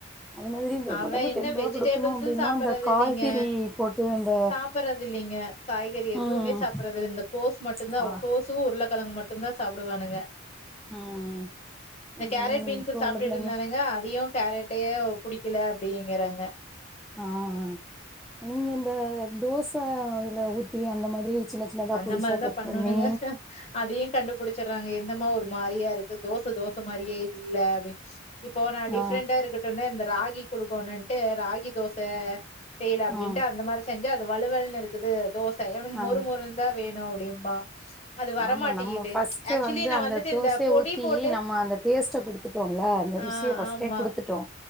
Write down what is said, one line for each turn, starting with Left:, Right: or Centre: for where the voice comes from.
Centre: அது மாதிரி இந்த
Left: அவன்
Centre: ஒடம்பு
Left: என்ன
Centre: தெம்பா
Left: வெஜிடபிள்ஸும்
Centre: குடுக்கணு அப்டின்னா
Left: சாப்பிடுறது
Centre: இந்த காய்கறி
Left: இல்லைங்க,
Centre: போட்டு அந்த
Left: சாப்பிடுறது இல்லைங்க. காய்கறி எதுவுமே
Centre: ம்
Left: சாப்பறது இல்ல இந்த கோஸ் மட்டு தா
Centre: கா
Left: கோஸ்சு உருளக்கெழங்கு மட்டும் தா சாப்புடுவானுங்க
Centre: ம்
Left: இந்த
Centre: ம்
Left: கேரட் பீன்ஸ்
Centre: இப்போ
Left: சாப்பிட்டுயிட்டு
Centre: உள்ள பிள்ளைங்க
Left: இருந்தானுங்க அ வியோ கேரட்டு புடிக்கல அப்டிங்கறாங்க
Centre: ஆ ஆ நீங்க இந்த தோச அதில ஊத்தி அந்த மாதிரி சின்ன சின்ன தா
Left: அந்த
Centre: பொடிச்சா
Left: மாரி தான்
Centre: கட்
Left: பண்ணணுங்க.
Centre: பண்ணி
Left: அதையு கண்டுபிடிச்சுறாங்க எந்தமா ஒரு மாரியா இருக்கு தோச தோச மாரியே இல்ல அப்டின்னு இப்போ நா டிஃப்ரெண்ட்டா
Centre: ஆ
Left: இருக்கட்டோன்னு இந்த ராகி குடுக்கனுன்ட்டு ராகி தோச செய்யல அப்படின்ட்டு
Centre: ஆ
Left: அந்த மாதிரி செஞ்சா அது வலுவல்ன்னனு இருக்குது தோச இவனுக்க
Centre: ஆ
Left: மொறு மொறுனு தா வேணு அப்டிம்பா அது வரமாட்டேங்குது
Centre: ஆமா நம்ம ஃபஸ்ட்டு
Left: ஆக்சுவலி
Centre: வந்து
Left: நா
Centre: அந்த
Left: வந்துட்டு
Centre: தோசைய
Left: இந்த பொடி
Centre: ஊத்தி
Left: போட்டு
Centre: நம்ம அந்த டேஸ்ட்ட குடு துட்டோல்ல அந்த
Left: ஆ
Centre: ருசிய ஃபஸ்ட்டே
Left: ஆமா
Centre: குடுத்துட்டோ